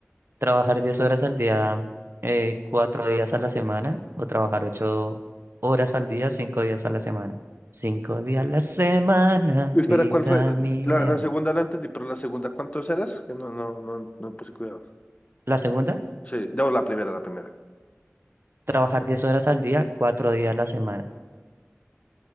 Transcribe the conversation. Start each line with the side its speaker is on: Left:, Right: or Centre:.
Right: trabajar 10 horas al día, eh, 4 días a la semana o trabajar 8 horas al día, 5 días a la semana. cinco días a la semana,
Left: Espera,
Right: vida
Left: ¿cuál fue?
Right: mía.
Left: La, la segunda la entendí, pero la segunda, ¿cuántos eras? Que no, no, no, no puse cuidado.
Right: La segunda,
Left: Sí, no, la primera, la primera.
Right: trabajar 10 horas al día, 4 días a la semana.